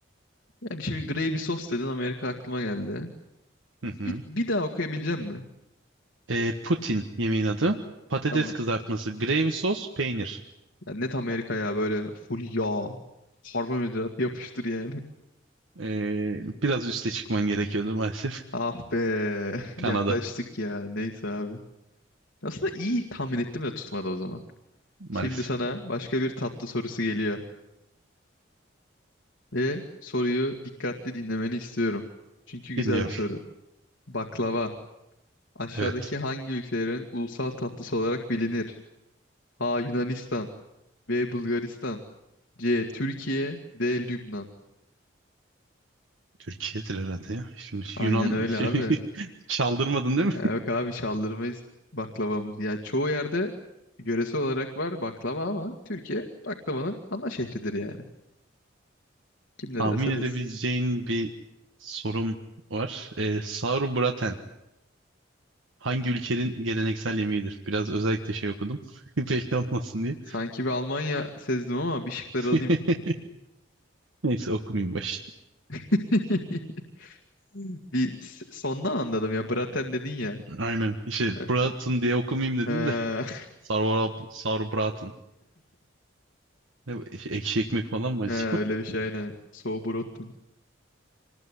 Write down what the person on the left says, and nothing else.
Yani şimdi gravy sos dedin Amerika aklıma geldi.
Bir,
bir daha okuyabileceğim mi?
Tamam.
Ya net Amerika ya böyle full yağ, karbonhidrat yapıştır yani.
Ah be. <laughs>
Yaklaştık
ya. Neyse abi. Aslında iyi tahmin ettim de tutmadı o zaman.
Şimdi sana başka bir tatlı sorusu geliyor. Ve soruyu dikkatli dinlemeni istiyorum. Çünkü güzel
bir soru. Baklava. Aşağıdaki
hangi ülkelerin ulusal tatlısı olarak bilinir? A. Yunanistan. B. Bulgaristan. C. Türkiye. D. Lübnan.
Aynen
öyle
abi.
Ya
yok abi şaldırmayız baklavamız. Ya çoğu yerde yöresel olarak var baklava ama Türkiye baklavanın ana şehridir yani. Kim ne
derse
desin.
Sanki bir Almanya sezdim ama bir şıkları alayım.
<laughs> Bir s- sondan anladım ya. Braten dedin ya.
Evet.
Ee,
<laughs>
He, öyle bir şey aynen. Sauerbraten.